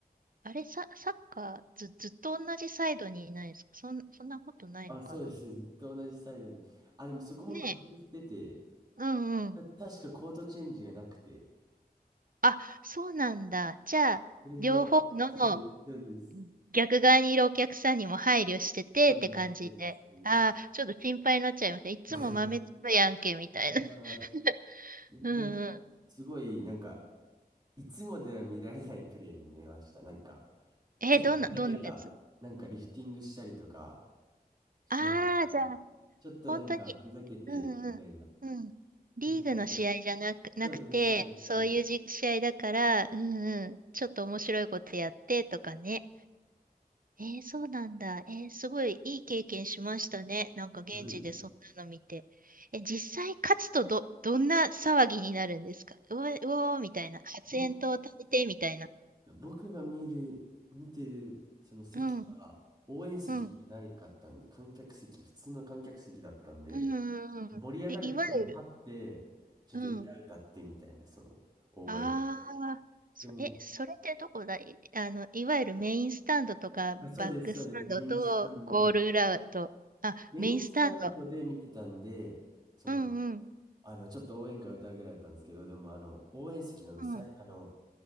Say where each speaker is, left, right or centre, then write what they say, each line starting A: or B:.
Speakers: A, on the right; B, on the right.
A: あれ、サ、サッカーず、ずっと同じサイドにいないですかそん、そんなことないのかな
B: あ、そうですね。ずっと同じサイドに。あ、でもそこも工夫してて、
A: ねえ。うんうん。
B: た、確かコートチェンジがなくて、
A: あ、そうなんだ。じゃあ、
B: それで、
A: 両方の
B: そうです、
A: 逆側にいるお客さんにも配慮しててって感じで。
B: そうです、そうです、そうです、
A: ああ、
B: そうです。
A: ちょっと心配になっちゃいました。いつも豆粒やんけ、
B: <laughs>
A: みたいな。
B: ああ、
A: <laughs>
B: なんか、
A: うんうん。
B: すごい、なんか、いつもでは見られないプレー見えました。なんか、
A: え、
B: ちょっとふざけた、
A: どんな、どんなやつ
B: なんかリフティングしたりとか、試合中にちょっとなんかふざけてみたいな。
A: ああー、じゃあ、本当に、うんうん、うん。リーグの試合じゃなく、
B: 本当に。
A: なくて、
B: そうです、そうです、
A: そういうじ、
B: そうです。
A: 試合だから、うんうん、ちょっと面白いことやってとかね。えーそうなんだ。えーすごいいい経験しましたね。なんか現地でそんなの見て。
B: そうですね。
A: え、実際勝つとど、どんな騒ぎになるんですかうわ、うおーみたいな。発煙筒を食べてみたいな。
B: 僕僕が見る、見てるその席が応援席じゃないかったんで、
A: うん、うん、うん、
B: 観客席、普通の観客席だったんで、
A: うん、うん。
B: 盛り上がれてても立って、
A: い、いわゆる、
B: ちょっと歌歌ってみたいな、
A: うん
B: その応援。
A: ああ、そ、
B: でも、
A: え、それってどこだい、あの、いわゆるメインスタンドとか、
B: あ、
A: バックスタンドとゴール裏と、
B: そうです、そうです。メインスタンド、
A: あ、
B: メインスタンドで見てたんで、
A: メインスタンド。
B: その、
A: うんうん。
B: あの、ちょっと応援歌歌うぐらいだったんですけど、でも、あの、応援席のあの、
A: うん。
B: さい、あの、